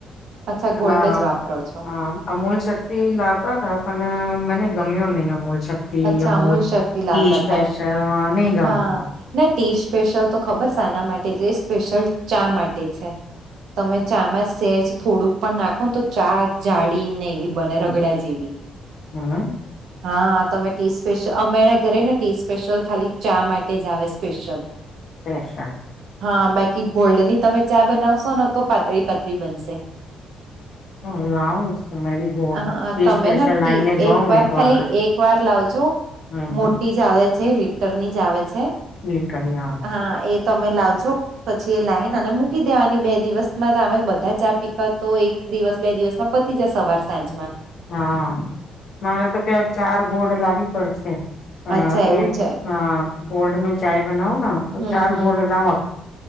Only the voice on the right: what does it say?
અચ્છા
ગોલ્ડ જ વાપરો છો
અચ્છા
શક્તિ લાવતા
હતા
હા
ના ટી સ્પેશ્યલ તો ખબર શાના માટે એ સ્પેશયલ ચા માટે છે તમે ચા માં સેજ થોડુંક પણ નાખો ને તો ચા જાડી ને એવી બને રગડા જેવી
હા તમે ટી સ્પેશ્યલ અમારા ઘરે ને ટી સ્પેશ્યલ ખાલી ચા માટે જ આવે સ્પેશ્યિલ.
હા, બાકી ગોલ્ડની તમે ચા બનાવશો ને તો પાતળી પાતળી બનશે.
હા
તમે
ન ટી
વાર
ખાલી એક વાર લાવજો
મોટી જ આવે છે લીટર ની જ આવે છે
હા એ તમે લાવજો પછી એ લાઈને અને મૂકી દેવાની બે દિવસમાં અમે બધા ચા પીતા હોય તો એક દિવસ બે દિવસ માં પતી જાય સવાર સાંજ માં
અચ્છા એવું
છે
હમ
હમ